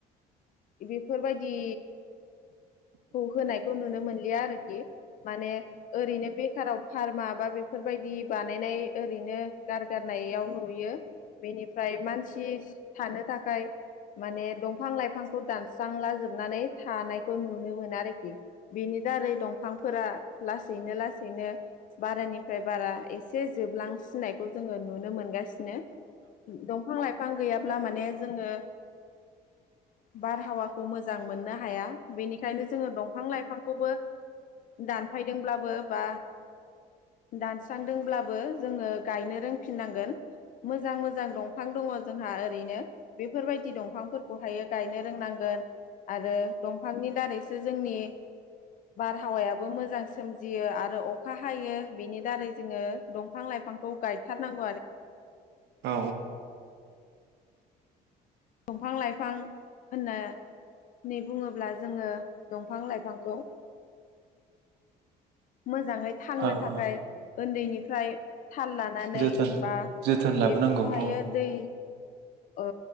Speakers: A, on the left; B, on the right.
A: बेफोरबायदि खौ होनायखौ नुनो मोनलिया आरोखि माने ओरैनो बेखाराव फार्मा बा बेफोरबायदि बानायनाय ओरैनो गारगारनायाव नुयो बेनिफ्राय मानसिस थानो थाखाय माने दंफां लाइफांखौ दानस्रांला जोबनानै थानायखौ नुनो मोना आरोखि बेनि दारै दंफांफोरा लासैनो लासैनो बारानिफ्राय बारा एसे जोबलांसिननायखौ जों नुनो मोनगासिनो दंफां लाइफां बिफां गैयाब्ला माने जोङो बारहावाखौ मोजां मोननो हाया बेनिखायनो जोङो दंफां लाइफांखौबो दानफायदोंब्लाबो बादानस्रानदोंबाबो जोङो गायनो रोंफिननांगोन मोजां मोजां दंफां दङ जोंहा ओरैनो बेफोरबायदि दंफांफोरखौहाय गायनो रोंनांगोन आरो दंफांनि दारैसो जोंनि बारहावायाबो मोजां सोमजियो आरो अखा हायो बिनि दारै जोङो
B: औ
A: दंफां लाइफां होना नै बुङोब्ला जोङो दंफां लाइफांखौ मोजाङै थांनो
B: औ।
A: थाखाय ओन्दैनिफ्राय थाल लानानै
B: जोथोन
A: बा
B: जोथोन लाबोनांगौ
A: बेफोरखौहायो
B: औ
A: दै औ